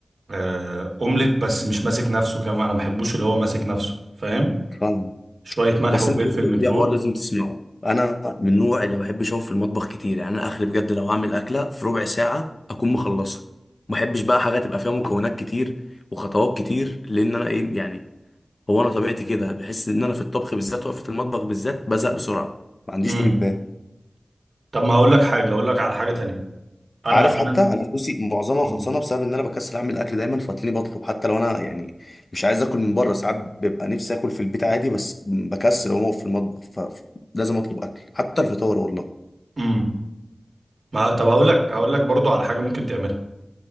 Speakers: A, on the right; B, on the left.
A: آه، اومليت بس مش ماسك نفسه كمان انا ما بحبوش اللي هو ماسك نفسه فاهم
B: فاهم
A: شويه ملح
B: بس
A: وفلفل
B: انت برضه
A: من فوق
B: في حوار لازم تسمعه انا من النوع اللي ما بحبش اقف في المطبخ كتير يعني انا اخري بجد لو هعمل اكله في ربع ساعه اكون مخلصها ما بحبش بقى حاجه تبقى فيها مكونات كتير وخطوات كتير لان انا ايه يعني هو انا طبيعتي كده بحس ان انا في الطبخ بالذات وقفه المطبخ بالذات بزهق بسرعه ما عنديش
A: امم
B: طول بال
A: طب ما هقول لك حاجه هقول لك على حاجه تانية انا
B: عارف
A: احيانا
B: حتى انا فلوسي معظمها
A: امم
B: خلصانه بسبب ان انا بكسل اعمل اكل دايما فتلاقيني بطلب حتى لو انا يعني مش عايز اكل من بره ساعات ببقى نفسي اكل في البيت عادي بس بكسل اقوم اقف في المطبخ فلازم اطلب اكل حتى الفطار والله
A: أمم. ما طب هقول لك هقول لك برضو على حاجه ممكن تعملها